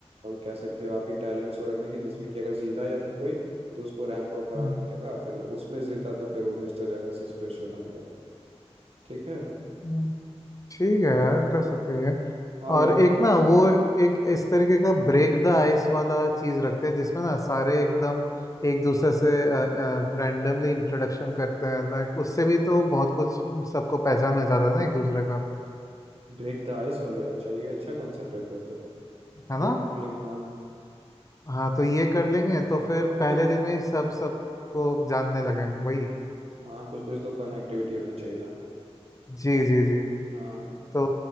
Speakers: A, on the right; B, on the left.
A: कह सकते हो आपकी टैलेंट शो रख देंगे जिसमें कि अगर जीता या फिर कोई तो उसको रैंप वॉक कराने
B: हम्म,
A: मिलेगा फिर उसमें जीता तो फिर वो मिस्टर या मिसेस फ्रेशर बनेगा ठीक है
B: हम्म, ठीक है यार कर सकते हैं
A: और
B: और
A: वैसे
B: एक ना वो एक इस तरीके का ब्रेक द आइस वाला चीज रखते हैं जिसमें ना सारे एकदम एक दूसरे से रैंडमली इंट्रोडक्शन करते हैं लाइक उससे भी तो बहुत कुछ सबको पहचान मिल जाता है ना एक दूसरे का
A: ब्रेक द आइस वाले अच्छा ये अच्छा कॉन्सेप्ट है फिर तो
B: है
A: ये
B: ना
A: भी कर लेंगे हाँ
B: हाँ तो ये कर लेंगे तो फिर पहले
A: तो
B: दिन में ही सब सबको जानने लगे वही
A: हाँ कुछ कुछ तो फन एक्टिविटी होनी चाहिए ना
B: जी जी जी
A: हाँ
B: तो